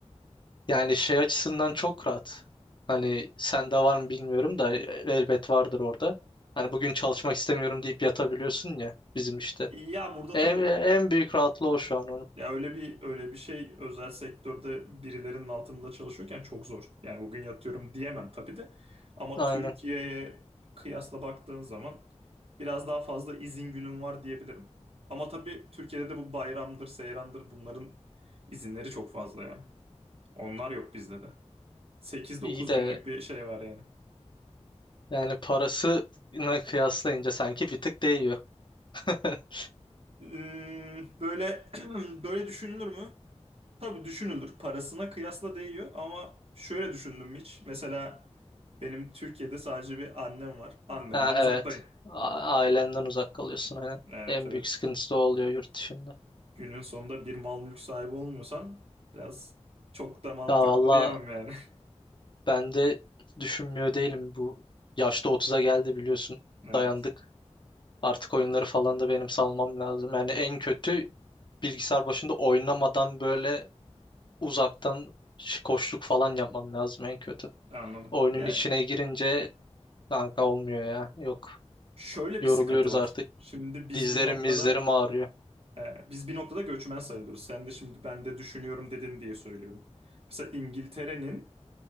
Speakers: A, on the left; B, on the right.
A: Yani şey açısından çok rahat. Hani sende var mı bilmiyorum da elbet vardır orada. Hani bugün çalışmak istemiyorum deyip yatabiliyorsun ya bizim işte.
B: Ya burada
A: En,
B: tabii
A: en büyük rahatlığı o şu an onun.
B: Ya öyle bir öyle bir şey özel sektörde birilerinin altında çalışıyorken çok zor. Yani bugün yatıyorum diyemem tabii de. Ama
A: Aynen.
B: Türkiye'ye kıyasla baktığın zaman biraz daha fazla izin günüm var diyebilirim. Ama tabii Türkiye'de de bu bayramdır, seyrandır bunların izinleri çok fazla ya. Onlar yok bizde de. Sekiz
A: İyi
B: dokuz
A: de
B: günlük bir şey var yani.
A: Yani parasını kıyaslayınca sanki bir tık değiyor. <laughs>
B: Hmm, böyle <clears throat> böyle düşünülür mü? Tabii düşünülür. Parasına kıyasla değiyor ama şöyle düşündüm hiç. Mesela benim Türkiye'de sadece bir annem var. Annemden
A: Ha
B: uzaktayım.
A: evet. A- Ailenden uzak kalıyorsun aynen.
B: Evet
A: En
B: evet.
A: büyük sıkıntısı da o oluyor yurt dışında.
B: Günün sonunda bir mal mülk sahibi olmuyorsan biraz çok da mantıklı
A: Ya valla
B: diyemem yani. <laughs>
A: ben de düşünmüyor değilim bu. Yaşta otuza geldi biliyorsun.
B: Evet,
A: Dayandık. Artık oyunları falan da benim salmam lazım. Yani en kötü bilgisayar başında oynamadan böyle uzaktan ş- koşluk falan yapmam lazım en kötü.
B: anladım.
A: Oyunun
B: Ya
A: içine girince kanka olmuyor ya. Yok.
B: şöyle
A: Yoruluyoruz
B: bir sıkıntı var.
A: artık.
B: Şimdi biz
A: Dizlerim
B: bir noktada
A: mizlerim ağrıyor.
B: e, biz bir noktada göçmen sayılıyoruz. Sen de şimdi ben de düşünüyorum dedin diye söylüyorum. Mesela İngiltere'nin